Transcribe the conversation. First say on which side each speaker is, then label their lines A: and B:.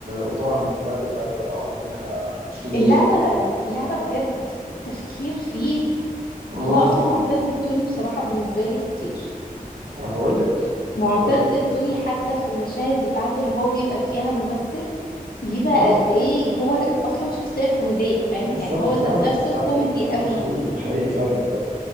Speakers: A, on the right (about 70°); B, on the left (about 80°).
A: وطبعا اللعبه اللعبه لو عملوا منها 20
B: اللعبه
A: جزء
B: اللعبه بجد التفكير فيه
A: امم
B: هو اصلا معتز التوني بصراحه بالنسبه لي خطير
A: هقول لك
B: معتز
A: ما بقول لك
B: التوني حتى في المشاهد بتاعته اللي هو بيبقى فيها ممثل بيبقى
A: اه
B: قد ايه هو اصلا شخصيه كوميديه فاهم
A: بالظبط
B: يعني هو ذات
A: فعلا
B: نفسه
A: فعلا
B: كوميدي
A: اه
B: قوي
A: حقيقي حقيقي فعلا والله